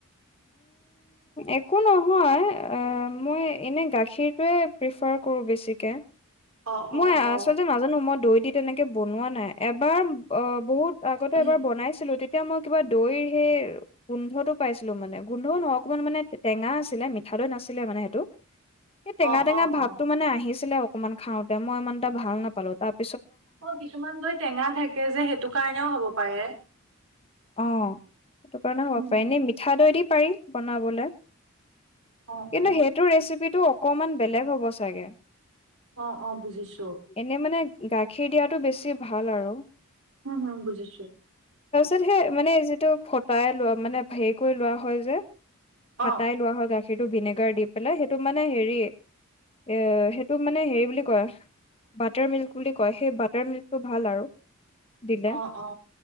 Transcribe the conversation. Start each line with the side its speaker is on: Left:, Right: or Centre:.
Left: একো নহয় মই এনে গাখীৰটোৱে প্ৰিফাৰ কৰোঁ বেছিকে।
Right: অ
Left: মই
Right: অ অ
Left: আচলতে নাজানো মই দৈ দি তেনেকে বনোৱা নাই এবাৰ অ বহুত আগতে
Right: উম,
Left: এবাৰ বনাইছিলো। এতিয়া মই কিবা দৈৰ সেই গোন্ধটো পাইছিলো মানে গোন্ধ নহ অকনমান মানে টেঙা আছিলে মিঠা দৈ নাছিলে মানে সেইটো। সেই টেঙা
Right: অ
Left: টেঙাাৱতটো
Right: অ অ
Left: মানে আহিছিলে অ অকণমান খাওঁতে। তে মই ইমান এটা ভাল নাপালো তাত।
Right: অ কিছুমান দৈ টেঙা থাকে যে সেইটো কাৰণেও হব পাৰে।
Left: আহ। সেইটো কাৰণে হ'ব
Right: উম
Left: পাৰে এনে মিঠা দৈ দি পাৰি বনাবলে <unintelligible>
Right: অ
Left: কিন্তু
Right: অ
Left: সেইটো ৰেচিপি তটো অকমান বেলেগ হ'ব চাগে
Right: অ, ' অ, ' বুজিছো।
Left: এনে মানে গাখীৰ দিয়াটো বেছি ভাল আৰু।
Right: উম, হম বুজিছো।
Left: তোমাৰ মানে যিটো ফটাই লোৱা মানে হেৰি কৰি লোৱা হয় যে ফাতাই
Right: অ
Left: লোৱা হয় গাখীৰ সেইটো ভিনেগাৰ দি পেলাই সেইটো মানে হেৰি এ সেইটো মানে হেৰি বুলি কয় বাটাৰ মিল্ক বুলি কয় সেই বাটাৰ মিল্কটো ভাল আৰু। দিলে
Right: অ -অ